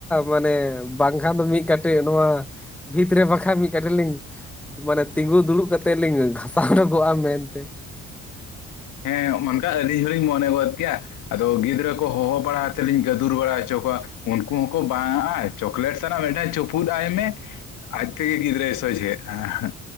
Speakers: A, in the centre; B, on the left.
A: ᱢᱟᱱᱮ ᱵᱟᱝᱠᱷᱟᱱ ᱫᱚ ᱢᱤᱫ ᱠᱟᱴᱮᱡ ᱱᱚᱣᱟ ᱵᱷᱤᱛ ᱨᱮ ᱵᱟᱠᱷᱟᱡ ᱢᱤᱫ ᱠᱟᱴᱤᱡ ᱞᱤᱧ ᱢᱟᱱᱮ ᱛᱤᱸᱜᱩ ᱫᱩᱲᱩᱵ ᱠᱟᱛᱮᱜ ᱞᱤᱧ ᱜᱷᱟᱥᱟᱣ ᱧᱚᱜᱚᱜᱼᱟ ᱢᱮᱱᱛᱮᱼᱼ
B: ᱦᱮᱸ ᱚᱱᱠᱟ ᱟᱹᱞᱤᱧ ᱦᱚᱞᱤᱧ ᱢᱚᱱᱮ ᱜᱚᱫ ᱜᱮᱭᱟ᱾ ᱟᱫᱚ ᱜᱤᱫᱽᱨᱟᱹ ᱠᱚ ᱦᱚᱦᱚ ᱵᱟᱲᱟ ᱟᱛᱮᱫ ᱞᱤᱧ ᱜᱟᱹᱫᱩᱨ ᱵᱟᱲᱟ ᱦᱚᱪᱚ ᱠᱚᱣᱟ ᱩᱱᱠᱩ ᱦᱚᱸᱠᱚ ᱵᱟᱝ ᱟᱜ-ᱟ᱾ ᱪᱚᱠᱞᱮᱴ ᱥᱟᱱᱟᱜ ᱢᱮᱫᱴᱮᱫ ᱪᱩᱯᱩᱫ ᱟᱭ ᱢᱮ ᱟᱡᱮ ᱜᱤᱫᱽᱨᱟᱹᱭ ᱥᱚᱡᱷᱮᱜ-ᱟ᱾